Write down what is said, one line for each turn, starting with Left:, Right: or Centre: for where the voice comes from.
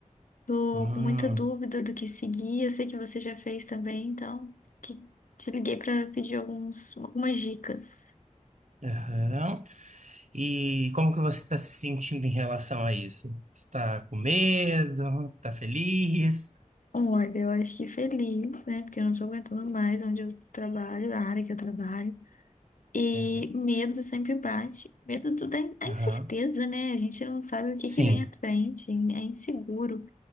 Left: Tô
Right: Hum,
Left: com muita dúvida do que seguir. Eu sei que você já fez também, então que- te liguei pra pedir alguns, algumas dicas.
Right: aham. E como que você tá se sentindo em relação a isso? Você tá com medo? Tá feliz?
Left: Um, olha, eu acho que feliz, né? Porque eu não tô aguentando mais onde eu trabalho, a área que eu trabalho. E
Right: Entendo, amiga.
Left: medo sempre bate. Medo do- da in- da
Right: Aham.
Left: incerteza, né? A gente não sabe o que
Right: Sim.
Left: que vem à frente, é inseguro.